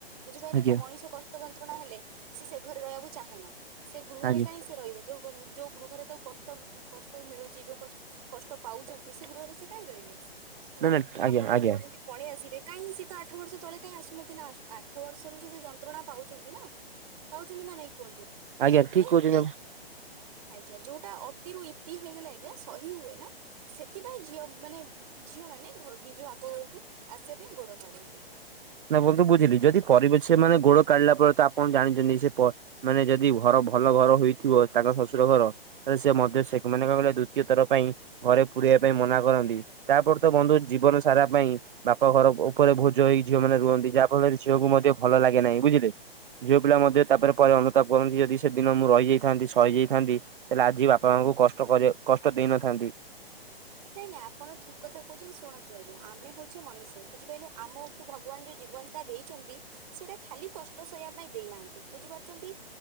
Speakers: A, on the right (about 35°); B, on the right (about 55°).
A: ବୁଝିପାରିଲେ
B: ଆଜ୍ଞା
A: ତ ମଣିଷ କଷ୍ଟ ଯନ୍ତ୍ରଣା ହେଲେ ସେ ସେ ଘରେ ରହିବାକୁ ଚାହେଁନା ସେ ଗୃହରେ
B: ଆଜ୍ଞା
A: କାହିଁ ସେ ରହିବେ। ଯୋଉ ଗୃ ଯୋଉ ଗୃହରେ ତାକୁ କଷ୍ଟ କଷ୍ଟ ମିଳୁଛି ଯୋଉ କ କଷ୍ଟ ପାଉଛନ୍ତି ସେ ଗୃହରେ ସେ କାହିଁ ରହିବେ। ହେଲା
B: ନା ନା ଆଜ୍ଞା
A: ଆପଣ
B: ଆଜ୍ଞା
A: ଯୋଉ କହୁଛନ୍ତି ପଳେଇ ଆସିବେ କାହିଁକି ସେ ତ ଆଠ ବର୍ଷ ତଳେ କାଇଁ ଆସୁନଥିଲା ଆ ଆଠ ବର୍ଷର ସେ ଯୋଉ ଯନ୍ତ୍ରଣା ପାଉଛନ୍ତି ନା ପାଉଛନ୍ତି ନା ନାଇଁ କୁହନ୍ତୁ।
B: ଆଜ୍ଞା
A: ଏବେ
B: ଠିକ କହୁଛନ୍ତି ଆପଣ।
A: ଆଜ୍ଞା ଯୋଉଟା ଅ ଅତି ରୁ ଇତି ହେଇଗଲେ ଆଜ୍ଞା ସହି ହୁଏ ନା। ସେଥିପାଇଁ ଝିଅ ମାନେ ଝିଅ ମାନେ ଘ ନିଜ ବାପଘରକୁ ଆସିବା ପାଇଁ ଗୋଡ କାଢନ୍ତି।
B: ନା ବନ୍ଧୁ ବୁଝିଲି ଯଦି ପରିବ ସେ ମାନେ ଗୋଡ କାଢିଲା ପରେ ତ ଆପଣ ଜାଣିଛନ୍ତି ସେ ମାନେ ଯଦି ଘର ଭଲ ଘର ହୋଇଥିବ ତାଙ୍କ ଶ୍ୱଶୁର ଘର ସେ ମଧ୍ୟ ସେ ମାନେ କଣ କହିଲେ ଦ୍ଵିତୀୟ ଥର ପାଇଁ ଘରେ ପୁରେଇବା ପାଇଁ ମନା କରନ୍ତି। ତାପରେ ତ ବନ୍ଧୁ
A: ଆଜ୍ଞା
B: ଜୀବନ ସାରା ପାଇଁ ବାପ ଘର ଉପରେ ଭୋଜ ହେଇ ଯୌମାନେ ରୁହନ୍ତି ଯାହା ଫଳରେ ଝିଅକୁ ମଧ୍ୟ ଭଲ ଲାଗେ ନାହିଁ, ବୁଝିଲେ ଝିଅ ପିଲା
A: ଆଜ୍ଞା
B: ମଧ୍ୟ ତା ତାରେ ପରେ ଅନୁତାପ କରନ୍ତି ଯଦି ସେଦିନ ମୁଁ ରହିଯାଇଥାନ୍ତି, ସହିଯାଇଥାନ୍ତି ହେଲେ ଆଜି ବାପା ମାଙ୍କୁ
A: ଆଜ୍ଞା
B: କଷ୍ଟ କରେଇ କଷ୍ଟ ଦେଇନଥାନ୍ତି।
A: ନାଇଁ ନାଇଁ ଆପଣ ଠିକ କଥା କହୁଚନ୍ତି ଶୁଣନ୍ତୁ ଆଜ୍ଞା ଆମେ ହଉଚେ ମଣିଷ ବୁଝିପାରିଲେ ଆମ କୁ ଭଗବାନ ଯୋଉ ଜୀବନତା ଦେଇଚନ୍ତି। ସେଇଟା ଖାଲି କଷ୍ଟ ସହିବା ପାଇଁ ଦେଇନାହାନ୍ତି ବୁଝିପାରୁଚନ୍ତି।